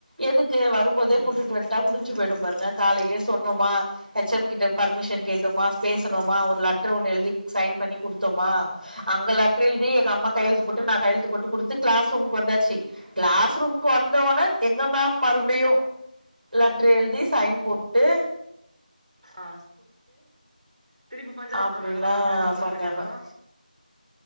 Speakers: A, on the right; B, on the right.
A: எதுக்கு வரும்போதே
B: ம்
A: கூட்டிட்டு
B: ம்
A: வந் ட்டா முடிஞ்சு போயிடும் பாருங்க காலையிலே சொன்னமா எச் எம் கிட்ட பர்மிஷன் கேட்டோமா பேசுனோமா ஒரு லெட்டர் ஒன்னு எழுதி சைன் பண்ணி குடுத்தமா அங்க லெட்டர் எழுதி எங்க அம்மா கையெழுத்து போட்டு நா கையெழுத்து போட்டு குடுத்து கிளாஸ் ரூம்க்கு வந்தாச்சு கிளாஸ் ரூம்க்கு வந்த உன்னே எங்க மேம் மறுபடியும் லெட்டரு எழுதி சைன் போட் டு
B: ஆ திருப்பி பஞ்சாயத்து
A: அப்டிலா
B: பண்ணாங்களா பேரன்ட்ஸ்
A: பண்ணாங்க
B: மீட்டிங்கு